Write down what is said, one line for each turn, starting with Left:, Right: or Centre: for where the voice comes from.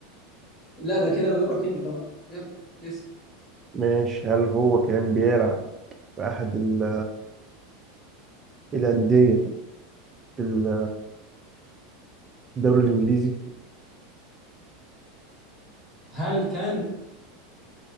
Centre: لا ده كده دورك أنت بقى يلا اسأل
Right: ماشي هل هو كان بيلعب في احد ال- الانديه في ال- الدوري الانجليزي
Centre: هل كان